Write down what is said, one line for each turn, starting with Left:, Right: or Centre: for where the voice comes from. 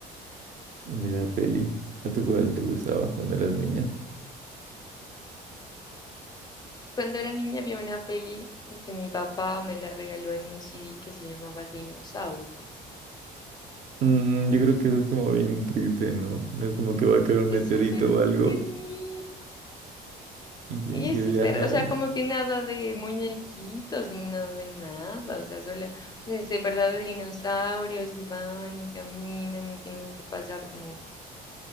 Right: de la peli. ¿A tu cuál te gustaba cuando eras niña?
Left: Cuando era niña había una peli que mi papá me la regaló en un CD que se llamaba Dinosaurios.
Right: Mm, yo creo que eso es como bien triste, ¿no? No es como que va a caer un meteorito
Left: Es súper
Right: o algo
Left: triste.
Right: y tienen
Left: Ella
Right: que
Left: es súper,
Right: viajar.
Left: o sea, como que nada de muñequitos ni nada de nada, o sea, solo, o sea, es de verdad de dinosaurios y van y caminan y tienen que pasar como,